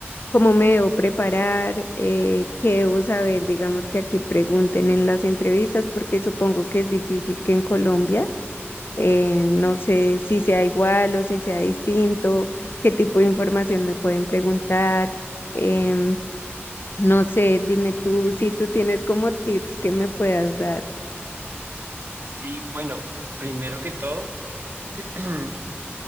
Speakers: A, on the left; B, on the right.
A: cómo me debo preparar, eh, qué debo saber, digamos que aquí pregunten en las entrevistas, porque supongo que es difícil que en Colombia, eh, no sé si sea igual o si sea distinto, qué tipo de información me pueden preguntar. em, no sé, dime tú si tú tienes como tips que me puedas dar.
B: Sí, bueno, primero que todo, <clears throat>